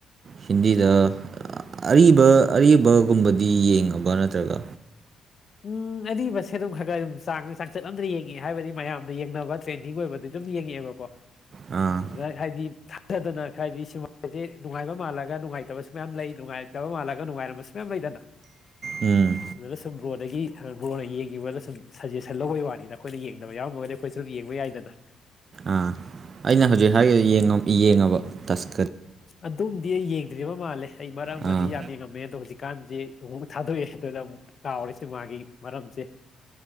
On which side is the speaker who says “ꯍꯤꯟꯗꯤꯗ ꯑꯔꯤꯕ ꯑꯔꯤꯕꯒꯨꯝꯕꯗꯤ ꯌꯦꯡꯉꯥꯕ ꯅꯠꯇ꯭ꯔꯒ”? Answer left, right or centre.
Right